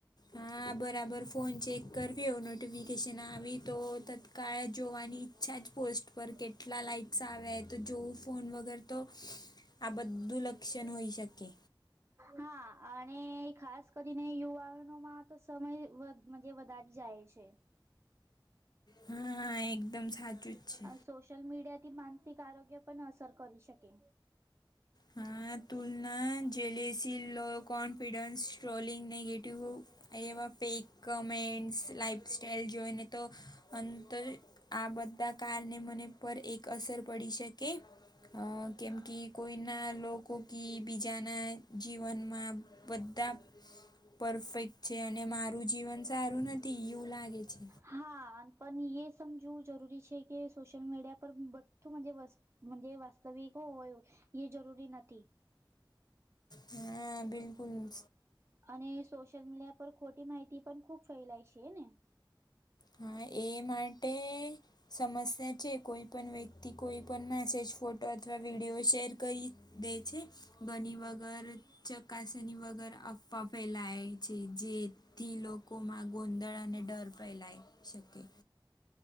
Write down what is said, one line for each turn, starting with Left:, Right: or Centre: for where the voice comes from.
Left: હા, બરાબર ફોન ચેક કરવી હો નોટિફિકેશન આવી તો તત્કાળ જોવાની <unintelligible> જ પોસ્ટ પર કેટલા લાઈક્સ આવે તો જોવું ફોન વગર તો આ બધું લક્ષણ હોઈ શકે.
Right: હા અને ખાસ કરીને યુવાનો માં તો સમય વધ <unintelligible> વધારે જાય છે.
Left: હા, એકદમ સાચુંજ છે.
Right: સોશિયલ મીડિયાથી માનસિક આરોગ્ય પણ અસર કરી શકે.
Left: હા, તુલના જલેસી લો કોણ ફિડસ, ટ્રોલિંગ, નેગેટવ એવા ફેક કમેન્ટસ લાઈફસ્ટાઈઇલ જોઈને તો અંતર આ બધા કાલને મને પર એક અસર પડી છે કે અહ કેમકી કોઈ, કોઈના લોકો કી બીજાના જીવનમાં બધા, પરફેક્ટ છે, અને મારું જીવન સારું નથી એવું લાગે છે.
Right: હા, પણ એ સમજવું જરૂરી છે, કે સોશિયલ મીડિયા પર બધું <unintelligible> દિવસ, મનજે વાસ્તવિકો હોય એ જરૂરી નથી,
Left: હા બિલકુલ,
Right: અને સોશિયલમીડિયા પર ખોટી માહિતી પણ ખૂબ ફેલાય છે, હેને
Left: હા, એ માટે સમસ્યા છે, કોઈપણ વ્યક્તિ, કોઈપણ મેસેજ ફોટો અથવા વિડીયો શેર કરી, દે છે, ઘણી વગર, ચકાસણી વગર, અફવા ફેલાય છે, જે થી લોકોમાં ગોંધળ અને ડર ફેલાય શકે,